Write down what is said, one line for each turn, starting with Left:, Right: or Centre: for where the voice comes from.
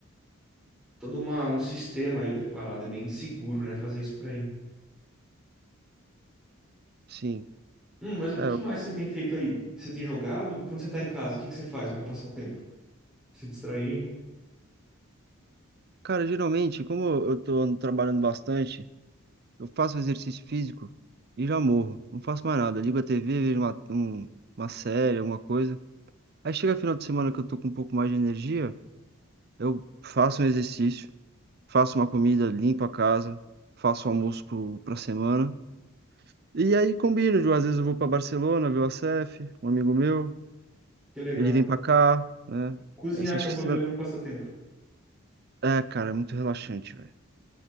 Centre: todo uma, um sistema aí preparado. É bem seguro, né? Fazer isso por aí.
Right: Sim.
Centre: Hum, mas o
Right: É,
Centre: que
Right: eu-
Centre: mais você tem feito aí? Você tem jogado? Quando você tá em casa, o que que você faz para passar o tempo? Se distrair?
Right: cara, geralmente, como eu tô trabalhando bastante, Eu faço exercício físico e já morro. Não faço mais nada. Ligo a TV, vejo uma, um- uma série, alguma coisa. Aí chega final de semana que eu tô com um pouco mais de energia, eu faço um exercício, faço uma comida, limpo a casa, faço almoço pro, pra semana. E aí combino, de- às vezes eu vou pra Barcelona ver o ACF, um amigo meu,
Centre: Que legal.
Right: ele vem pra cá, né?
Centre: Cozinhar
Right: Essa,
Centre: acabou
Right: acho que se...
Centre: virando um passatempo.
Right: É, cara, é muito relaxante, velho.